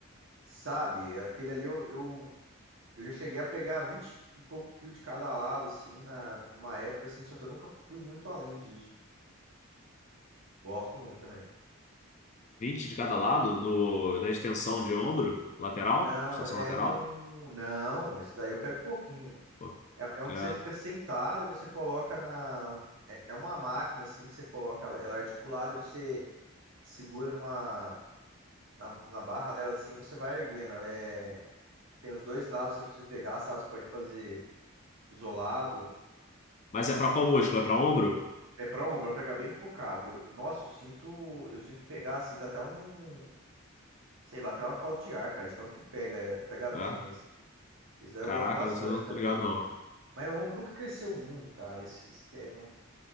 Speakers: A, on the right (about 65°); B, on the left (about 35°).
A: Sabe? Aquele ali eu, eu, eu já cheguei a pegar 20 e pouco quilos de cada lado assim na numa época assim, só que eu nunca fui muito além disso. Gosto muito também.
B: 20 de cada lado no, na extensão de ombro lateral?
A: Não,
B: Extensão
A: é
B: lateral?
A: num, não, esse daí eu pego pouquinho.
B: Pô,
A: É, é um
B: É.
A: que você fica sentado e você coloca na. É, é uma máquina assim que você coloca ela, ela é articulada e você segura numa. Na, na barra dela assim, e você vai erguendo. Ela é. Tem os dois lados, se você pegar, sabe? Você pode fazer isolado.
B: Mas é pra qual músculo? É pra ombro?
A: É pra ombro, é pra pegar bem focado. Eu- nossa, eu sinto. Eu sinto pegar assim, dá até um. Sei lá, até uma falta de ar, cara. De tanto que pega, é, pega bem
B: É.
A: esse. Esse daí
B: Caraca,
A: eu gosto bastante
B: isso eu não
A: também.
B: tô ligado, não.
A: Mas meu ombro nunca cresceu muito, cara. Esse, esse que é meu.